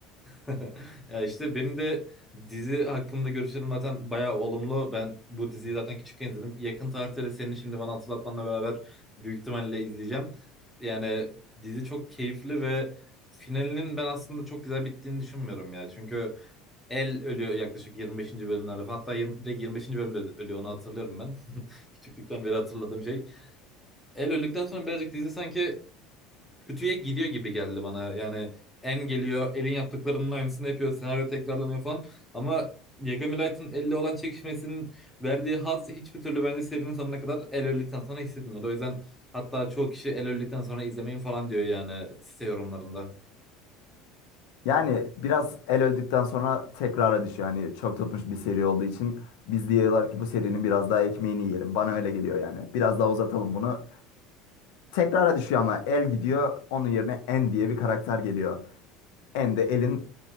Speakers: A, in the centre; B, on the left.
A: <laughs> Ya işte benim de dizi hakkında görüşlerim zaten bayağı olumlu. Ben bu diziyi zaten küçükken izledim. Yakın tarihte de senin şimdi bana hatırlatmanla beraber büyük ihtimalle izleyeceğim. Yani dizi çok keyifli ve finalinin ben aslında çok güzel bittiğini düşünmüyorum ya. Çünkü El ölüyor yaklaşık 25. bölümlerde falan. Hatta 20, direkt 25. bölümde ölüyor onu hatırlıyorum ben. <laughs> Küçüklükten beri hatırladığım şey. El öldükten sonra birazcık dizi sanki kötüye gidiyor gibi geldi bana. Yani En geliyor, El'in yaptıklarının aynısını yapıyor, senaryo tekrarlanıyor falan. Ama Yagami Light'ın Elle olan çekişmesinin verdiği haz hiçbir türlü bence serinin sonuna kadar El öldükten sonra hissedilmedi. O yüzden hatta çoğu kişi El öldükten sonra izlemeyin falan diyor yani site yorumlarında.
B: Yani biraz el öldükten sonra tekrara düşüyor. Yani çok tutmuş bir seri olduğu için biz diyorlar ki bu serinin biraz daha ekmeğini yiyelim. Bana öyle geliyor yani. Biraz daha uzatalım bunu. Tekrara düşüyor ama el gidiyor. Onun yerine En diye bir karakter geliyor. En de elin